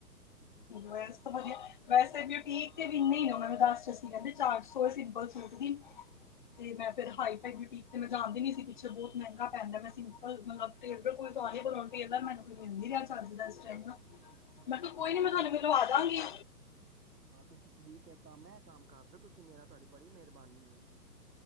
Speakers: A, on the left; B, on the right.
A: ਵੈਸ ਤਾਂ ਵਧੀਆ ਵੈਸੇ ਬਿਯੁਟੀਕ ਤੇ ਵੀੰ ਇਨੇ ਹੀ ਮੈਨੂੰ ਦੱਸ ਚਸੀ ਕਹਿੰਦੇ ਚਾਰ ਸੌ ਸਿੰਪਲ ਸੂਟ ਦੀ ਤੇ ਮੈਂ
B: ਹਾਂ
A: ਫਿਰ ਹਾਈ ਫਾਈ ਬਿਊਟੀ ਤੇ ਮੈਂ ਜਾਂਦੀ ਨੀ ਸੀ ਬਹੁਤ ਮਹਿੰਗਾ ਪੈਂਦਾ ਮੈਂ ਸਿੰਪਲ ਮਤਲਬ ਟੇਲਰ ਕੋਲ ਸੁਆਨੀ ਟੇਲਰ ਮੈਨੂੰ ਕੋਈ ਮਿਲ ਨੀ ਰਿਹਾ ਚੱਜ ਦਾ ਟਾਈਮ ਨਾ
B: ਅੱਛਾ
A: ਮੈਂ ਕਿਹਾ ਕੋਈ
B: ਬਸ
A: ਨੀ ਮੈਂ
B: ਨਾ
A: ਤਾਨੂੰ ਮੈਲੋਂ ਆ ਜਾਂਗੀ
B: ਪਲੀਸ ਇਹ ਕੰਮ ਹੈ ਇਹ ਕੰਮ ਕਰ ਦਿਓ ਤੁਸੀਂ ਮੇਰਾ ਤੁਹਾਡੀ ਬੜੀ ਮਿਹਰਬਾਨੀ ਹੋਏਗੀ